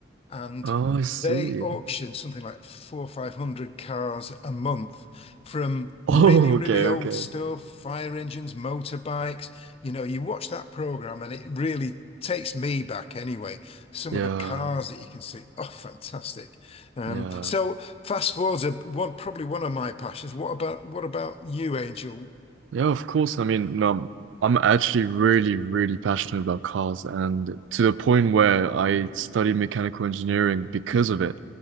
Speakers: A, on the left; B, on the right.
A: and
B: Oh, I see.
A: they auction
B: <laughs>
A: something like four or five hundred cars a month from really,
B: Oh,
A: really
B: okay,
A: old
B: okay.
A: stuff, fire engines, motorbikes. You know, you watch that program and it really takes me back anyway. Some
B: Yeah,
A: of the cars that you can see, oh, fantastic. Um,
B: yeah.
A: so fast forwards are one, probably one of my passions. What about what about you, Angel?
B: Yeah, of course. I mean, um, I'm actually really, really passionate about cars, and to the point where I studied mechanical engineering because of it,